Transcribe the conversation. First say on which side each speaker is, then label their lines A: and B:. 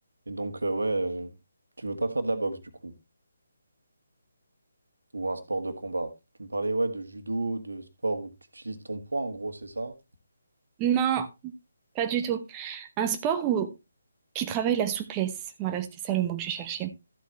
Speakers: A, on the right; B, on the right.
A: Et donc, euh, ouais, euh, tu veux pas faire de la boxe du coup, ou un sport de combat. Tu me parlais, ouais, de judo, de sport où tu utilises ton poids, en gros, c'est ça?
B: Non, pas du tout. Un sport où... qui travaille la souplesse. Voilà, c'était ça le mot que je cherchais.